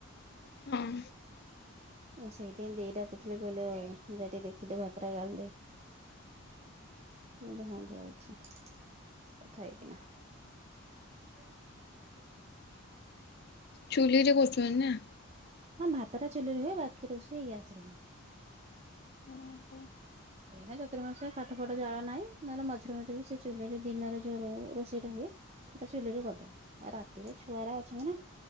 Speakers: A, on the left; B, on the right.
A: ହଁ
B: ସେଇଥି ପାଇଁ ଦେଇ ତାକୁଥିଲେ କହିଲେ ଯୋଟିକେ ଦେଖିଦେ ଭାତ ଟା ଗାଳିଦେ। ବୋଇଲେ ହଁ ଯାଉଛି କଥା ହେଇକିନା। <unintelligible>
A: ଚୁଲିରେ କରୁଛନ୍ତି ନା?
B: ହଁ ଭାତ ଟା ଚୁଲିରେ ହୁଏ। ବାକି ରୋଷେଇ ଗ୍ୟାସ୍ ରେ ହୁଏ।
A: ହଁ।
B: ଏଇନା ଚତୁର ମାସିଆ କାଠ ଫାଠ ଜାଳ ନାହିଁ। ନହେଲେ ମଝିରେ ମଝିରେ ବି ସେଇ ଚୁଲିରେ ଦିନରେ ଯୋଉ ର ରୋଷେଇଟା ହୁଏ। ସେଟା ଚୁଲିରେ କରିଦବ ଆ ରାତିରେ ଛୁଆରା ଅଛନ୍ତି ନା